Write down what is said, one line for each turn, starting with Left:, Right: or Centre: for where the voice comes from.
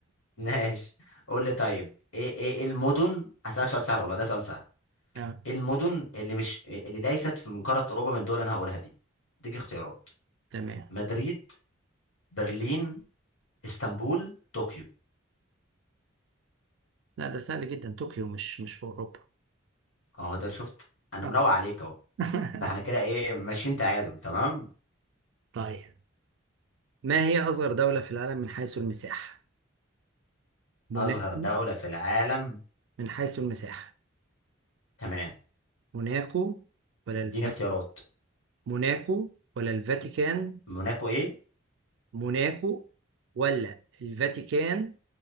Left: ماشي قول لي طيب ايه ايه إيه المدن هسألك سؤال سهل والله ده سؤال سهل
Right: آه،
Left: المدن اللي مش اللي ليست في من قارة أوروبا من الدول اللي أنا هقولها دي اديك اختيارات
Right: تمام
Left: مدريد برلين اسطنبول طوكيو
Right: لا ده سهل جدا طوكيو مش مش في أوروبا
Left: اهو ده شفت أنا
Right: آه.
Left: مروق عليك أهو
Right: <laughs>
Left: فاحنا كده إيه ماشيين تعادل تمام
Right: طيب ما هي أصغر دولة في العالم من حيث المساحة؟ موناكو
Left: أصغر دولة في العالم
Right: من حيث المساحة
Left: تمام
Right: موناكو ولا الف...
Left: اديني اختيارات
Right: موناكو ولا الفاتيكان
Left: موناكو إيه
Right: موناكو ولا الفاتيكان